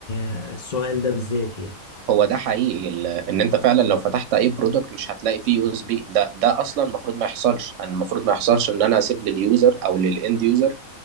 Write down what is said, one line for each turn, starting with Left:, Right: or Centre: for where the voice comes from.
Left: آه، السؤال ده بالذات يعني
Right: هو ده حقيقي ال... ان انت فعلا لو فتحت اي برودكت مش هتلاقي فيه يو اس بي ده ده اصلا المفروض ما يحصلش انا المفروض ما يحصلش ان انا اسيب لليوزر او للاند يوزر